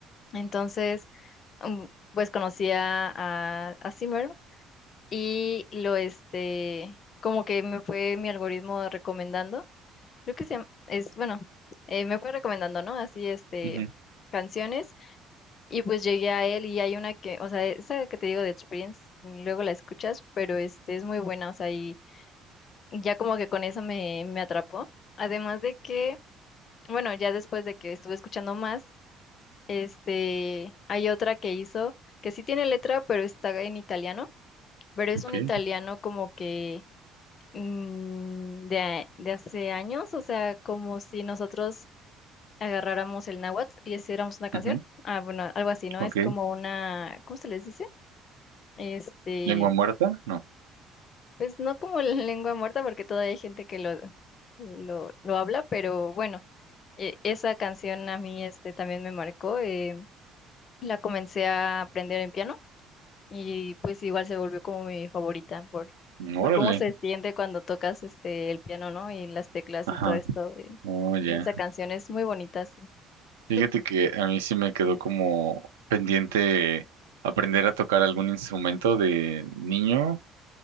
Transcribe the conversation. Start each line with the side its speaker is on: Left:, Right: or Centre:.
Left: Entonces, mm, pues conocía a, a Zimmer y lo, este, como que me fue mi algoritmo recomendando, creo que se llama- es, bueno, eh, me fue recomendando, ¿no? Así, este,
Right: Ujú,
Left: canciones y pues llegué a él y hay una que, o sea, esa que te digo de Experience, luego la escuchas, pero este, es muy buena, o sea, y ya como que con eso me, me atrapó. Además de que Bueno, ya después de que estuve escuchando más, este, hay otra que hizo que sí tiene letra, pero está en italiano, pero es
Right: ok,
Left: un italiano como que mm, de, a- de hace años, o sea, como si nosotros agarráramos el náhuatl y hiciéramos una canción.
Right: ujú,
Left: Ah, bueno, algo así, ¿no?
Right: ok.
Left: Es como una, ¿cómo se les dice? Este,
Right: ¿Lengua muerta? No.
Left: pues no como la <laughs> lengua muerta, porque todavía hay gente que lo, lo, lo habla, pero bueno, e- esa canción a mí este, también me marcó. eh, La comencé a aprender en piano y pues igual se volvió como mi favorita por,
Right: Ujú,
Left: por
Right: Órale.
Left: cómo se siente cuando tocas este el piano, ¿no? Y las teclas
Right: Ajá.
Left: y todo esto de,
Right: Oh, ya.
Left: de esa canción es muy bonita, sí.
Right: Fíjate
Left: Tú-
Right: que a mí sí me quedó como pendiente aprender a tocar algún instrumento de niño, o